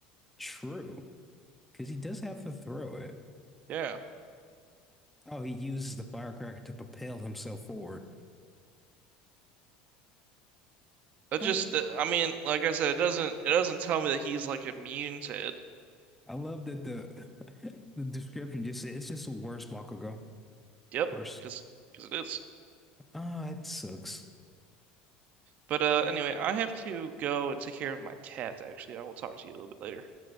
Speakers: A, in the centre; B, on the right.
A: True, because he does have to throw it.
B: Yeah.
A: Oh, he uses the firecracker to propel himself forward.
B: It
A: Um,
B: just, uh, I mean, like I said, it doesn't it doesn't tell me that he's like immune to it.
A: I love that the <laughs> the description just said it's just the worst Bakugo.
B: Yep,
A: Worst.
B: because because it is.
A: Ah, it sucks.
B: But uh, anyway, I have to go and take care of my cat, actually. I will talk to you a little bit later.